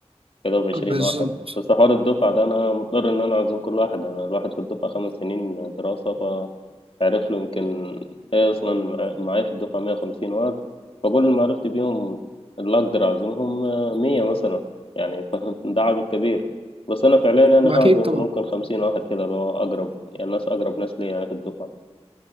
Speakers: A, on the left; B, on the right.
A: يا دوب 20
B: بالظبط
A: واحد بس حوار الدفعه ده انا مضطر ان انا اعزم كل واحد انا الواحد في الدفعه خمس سنين دراسه عرف له يمكن هي أصلا مع- معايا في الدفعة 150 واد فكل اللي معرفت بيهم اللي أقدر أعزمهم آه، 100 مثلا يعني <laughs> فاهم؟ ده عدد كبير بس أنا فعليا أنا
B: أكيد
A: هعزم
B: طبعا
A: ممكن 50 واحد كده اللي هو أقرب يعني ناس أقرب ناس لي يعني في الدفعة